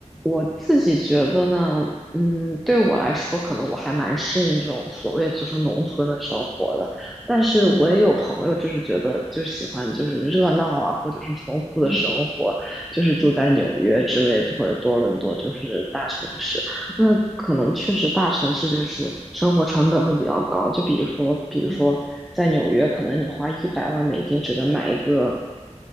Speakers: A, in the centre; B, on the left (about 25°).
A: 我自己觉得呢，嗯，对我来说，可能我还蛮适应这种所谓就是农村的生活的。但是我也有朋友，
B: 嗯，
A: 就是觉得就是喜欢就是热闹啊，或者是丰富的生活，
B: 嗯
A: 就是住在纽约之类的或者多伦多，
B: 嗯嗯
A: 就是大城市。那可能确实大城市就是生活成本会比较高，就比如说，比如说在纽约，
B: 嗯
A: 可能你花一百万美金只能买一个，